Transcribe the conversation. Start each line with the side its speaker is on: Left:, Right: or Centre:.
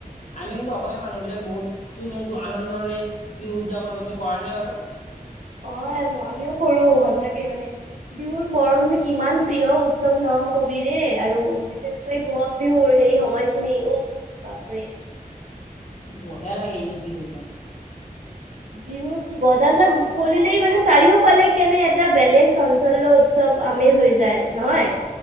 Left: আমি কিন্তু অসমীয়া মানুহ বিলাক বহুতো কিন্তু আনন্দৰে বিহু উদযাপন কৰ তুমি কৰা নে বাৰু।
Right: অ আমিও কৰো সচাকে মানে বিহুৰ মৰম যে কিমান প্ৰিয় উৎসৱ ন কবিৰে। আৰু বিশেষকৈ বহাগ বিহুৰ সেই সময়খিনি উফ বাপৰে।
Left: বহিয়া লাগি এনে বিহুজা
Right: বিহুৰ বজাজাক বলিলেই মানে চাৰিওফালে কেনে এটা বেলেগ। চঞ্চল উৎসৱ আমেজ হৈ যায় নহয়।